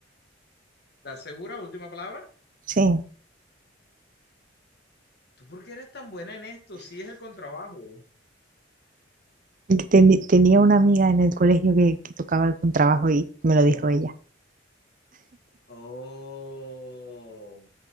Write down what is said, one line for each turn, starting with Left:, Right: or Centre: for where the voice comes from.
Left: ¿Estás segura? Última palabra.
Right: sí.
Left: ¿Tú por qué eres tan buena en esto? Sí, es el contrabajo.
Right: Ten- tenía una amiga en el colegio que, que tocaba el contrabajo y me lo dijo ella.
Left: Oh.